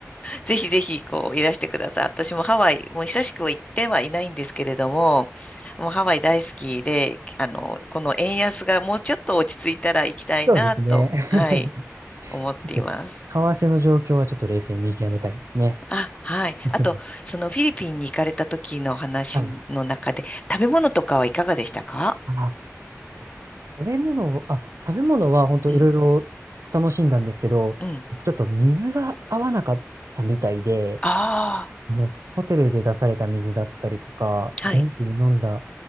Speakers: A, on the left; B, on the right.
A: ぜひぜひ、こう、いらしてください。私もハワイ、もう久しくは行ってはいないんですけれども、もうハワイ大好きで、あの、この円安がもうちょっと落ち着いたら行きたいなと、
B: そうですね。
A: はい、
B: <laughs> ち
A: 思っています。
B: ょっと為替の状況はちょっと冷静に見極めたいですね。
A: あ、はい。
B: <laughs>
A: あと、そのフィリピンに行かれた時の話の中で、
B: はい。
A: 食べ物とかはいかがでしたか
B: あ、僕、食べ物を、あ、食べ物は本当いろいろ楽しんだんですけど、
A: うん、うん。
B: 僕ちょっと水が合わなかったみたいで、
A: あ
B: あの、ホテルで出された水だったりとか、
A: あ、
B: 現地に飲んだ
A: はい。